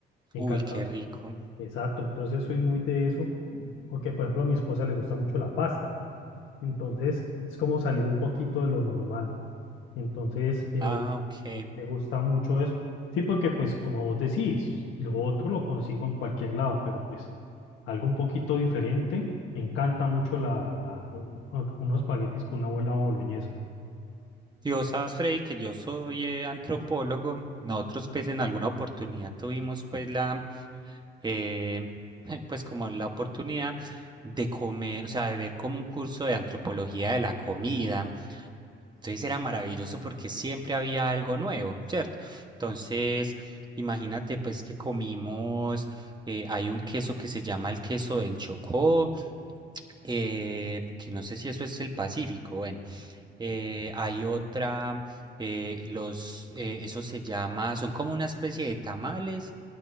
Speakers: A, on the left; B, on the right.
A: Me
B: Uy,
A: encanta,
B: qué rico.
A: exacto, entonces soy muy de eso, porque por ejemplo a mi esposa le gusta mucho la pasta, entonces es como salir un poquito de lo normal. Entonces, eh,
B: Ah, ok.
A: me gusta mucho eso. Sí, porque pues como vos decís, lo otro lo consigo en cualquier lado, pero pues algo un poquito diferente. Me encanta mucho la, la, u- unos espaguetis con una abuela boloñesa.
B: Y vos sabes, Freddy, que yo soy eh, antropólogo. Nosotros, pues, en alguna oportunidad tuvimos, pues, la, eh, <laughs> pues, como la oportunidad de comer, o sea, de ver como un curso de antropología de la comida. Entonces era maravilloso porque siempre había algo nuevo, ¿cierto? Entonces, imagínate pues que comimos, eh, hay un queso que se llama el queso del Chocó, eh, que no sé si eso es el Pacífico, bueno, eh, hay otra, eh, los, eh, eso se llama, son como una especie de tamales,